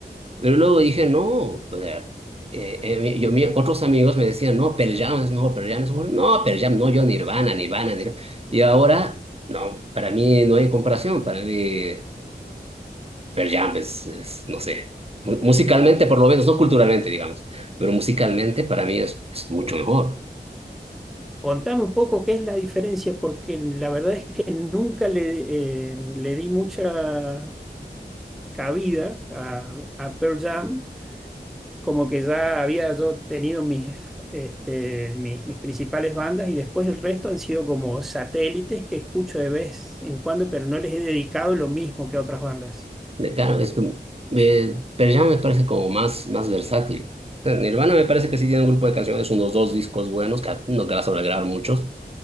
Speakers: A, on the right (about 35°); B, in the centre.
A: Pero luego dije, no, o sea, eh, eh, mi- yo, mi- otros amigos me decían, no, Pearl Jam es mejor, Pearl Jam es mejor. No, Pearl Jam, no, yo Nirvana, Nirvana, Nirvana. Y ahora, no, para mí no hay comparación, para mí Pearl Jam es, es, no sé, mu- musicalmente por lo menos, no culturalmente, digamos, pero musicalmente para mí es, es mucho mejor.
B: Contame un poco qué es la diferencia, porque la verdad es que nunca le, eh, le di mucha cabida a, a Pearl Jam como que ya había yo tenido mis, este, mis, mis principales bandas y después el resto han sido como satélites que escucho de vez en cuando, pero no les he dedicado lo mismo que a otras bandas.
A: De- claro, es que eh, Pearl Jam me parece como más, más versátil. O sea, Nirvana me parece que sí tiene un grupo de canciones, unos dos discos buenos, que no que las van a grabar muchos,